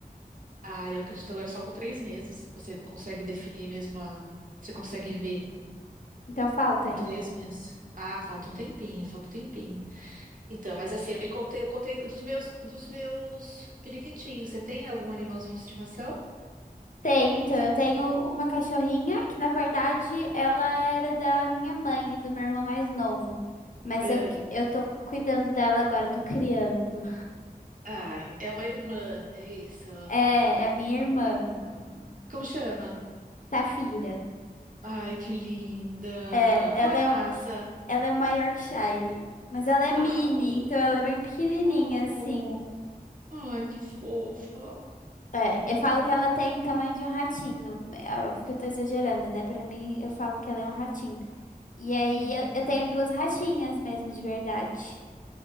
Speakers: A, on the right (about 60°); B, on the left (about 55°).
A: Ah, eu acredito agora só com três meses. Você consegue definir mesmo a. Você consegue ver.
B: Então falta
A: Com
B: ainda.
A: três meses. Ah, falta um tempinho, falta um tempinho. Então, mas assim, eu me contei, eu contei dos meus, dos meus periquitinhos. Você tem algum animalzinho de estimação?
B: Tenho, então, eu tenho uma cachorrinha que, na verdade, ela era da minha mãe e do meu irmão mais novo. Mas
A: É.
B: eu, que- eu tô cuidando dela agora, eu tô criando.
A: Ai, é uma irmã, é isso.
B: É, é a minha irmã,
A: Ah, Como chama?
B: Safira.
A: Ai, que linda.
B: É, ela
A: Qual é a raça?
B: é, ela é uma Yorkshire, mas ela é mini,
A: Ai,
B: então ela é bem pequenininha,
A: oh,
B: assim.
A: ai, que fofa.
B: É, eu falo que ela tem o tamanho de um ratinho. É é óbvio que eu tô exagerando, né? Pra mim, eu falo que ela é um ratinho. E aí,
A: Hum.
B: eu, eu tenho duas ratinhas mesmo, de verdade.